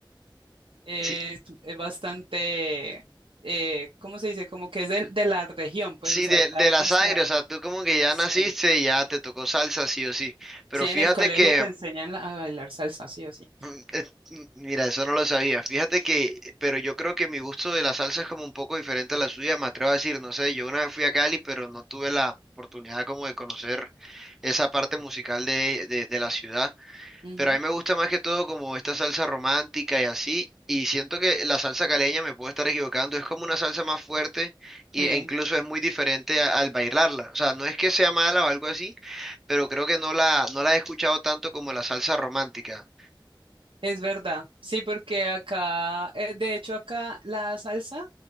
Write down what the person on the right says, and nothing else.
es,
es bastante, eh, ¿cómo se dice? Como que es de, de la región, pues,
o sea,
está
en
nuestra...
Sí.
Sí,
en el colegio
te enseñan
la- a bailar salsa, sí o sí.
Ujú,
sí.
Es verdad, sí, porque acá, eh, de hecho acá la salsa